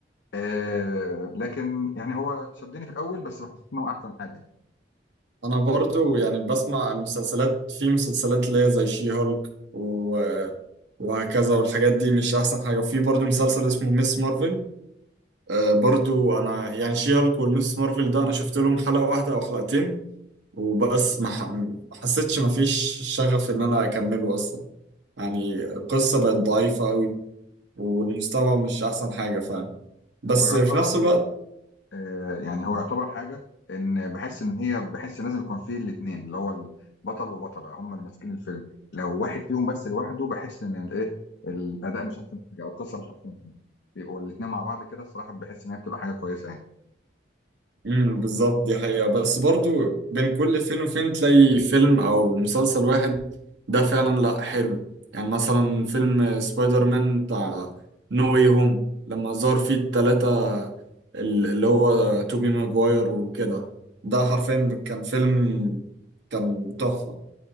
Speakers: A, on the left; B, on the right.
A: آه، لكن يعني هو شدني في الاول بس بحس انه احسن حاجه يعني
B: انا برضو يعني بسمع المسلسلات في مسلسلات اللي هي زي شي هولك و... وهكذا والحاجات دي مش احسن حاجه وفي برضو مسلسل اسمه ميس مارفل آه برضو انا يعني شي هولك والميس مارفل ده انا شفت لهم حلقه واحده او حلقتين وبس ما ح- ما حسيتش ما فيش شغف ان انا اكمله اصلا يعني القصه بقت ضعيفه قوي والمستوى مش احسن حاجه فعلا بس
A: هو يعتبر
B: في نفس الوقت
A: آه، يعني هو يعتبر حاجة إن بحس إن هي بحس لازم يكون فيه الاتنين اللي هو البطل وبطلة هما اللي ماسكين الفيلم لو واحد فيهم بس لوحده بحس إن الإيه الأداء مش أحسن حاجة أو القصة مش أحسن حاجة بيبقوا الاتنين مع بعض كده الصراحة بحس إن هي بتبقى حاجة كويسة يعني
B: امم بالظبط دي حقيقة بس برضو بين كل فين وفين تلاقي فيلم أو مسلسل واحد ده فعلا لأ حلو يعني مثلا فيلم سبايدر مان بتاع نو واي هوم لما ظهر فيه التلاتة ال- اللي هو توبي ماجواير وكده ده حرفيا كان فيلم كان تحفة